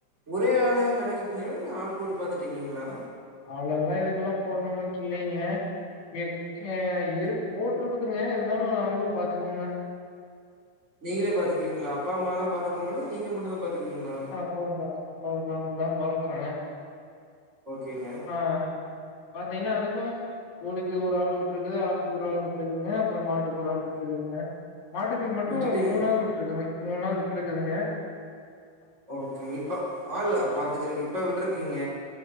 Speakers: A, on the right; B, on the left.
A: ஒரே ஆளே மேனேஜ் பண்ணீருவிங்ளா இல்ல ஆள் போட்டு பாத்துட்டு இருக்கீங்களா
B: ஆளெல்லா இதுக்கெல்லா போடணமாட்டு இல்லிங்க எ ஏ இருக் போட்ருக்குதுங்க இருந்தாலு நாங்களு பாத்துக்குவங்க
A: நீங்களே பாத்துக்வீங்களா அப்பா அம்மாலா பாத்துக்குவாங்களா? நீங்க மட்டுந்தா பாத்துக்குவீங்களா?
B: அப்பாவுந்தா, அப்பாவு நானுதா பாக்கற
A: ஓகேங்க
B: ஆ பாத்தீங்கன்னா அதுக்கு கோழிக்கு ஒரு ஆள் விட்டுருக்குது, ஆட்டுக்கு ஒரு ஆள் விட்டுருக்குதுங்க, அப்பறோ மாட்டுக்கு ஒரு ஆள் விட்டுருக்குதுங்க மாட்டுக்கு மட்டு
A: விட்டுட்டீங்க
B: மூணு ஆள் விட்டுருக்குதுங், மூணு ஆள் விட்டுருக்குதுங்க
A: ஓகே இப்ப ஆள் பாத்துக்கறக்கு இப்ப விட்டுருக்கீங்க